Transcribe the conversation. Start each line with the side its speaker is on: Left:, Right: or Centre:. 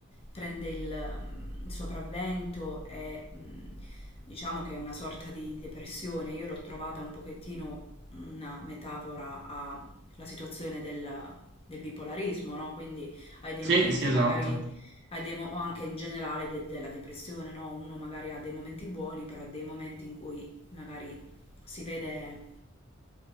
Left: prende il, mm, il sopravvento e mm, diciamo che è una sorta di depressione. Io l'ho trovata un pochettino una metafora a la situazione del, del bipolarismo, no? Quindi hai dei
Right: Sì,
Left: momenti
Right: sì, esatto.
Left: magari, hai dei mo- o anche in generale de- della depressione, no? Uno magari ha dei momenti buoni, però ha dei momenti in cui magari si vede